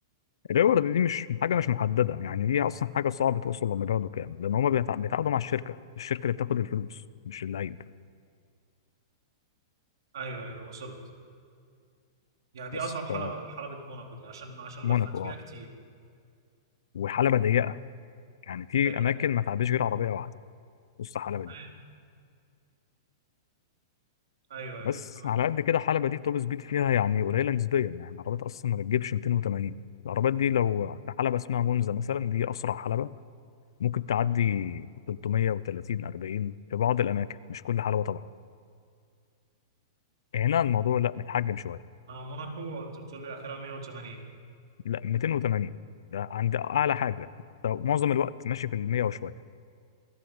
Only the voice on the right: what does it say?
ايوه ايوه وصلت يعني دي
اصعب حلبة
حلبة موناكو دي عشان عشان
لفت فيها
كتير
وضيقت
كمان
ايوه
ايوه تمام
اه موناكو انت بتقول لي اخرها 180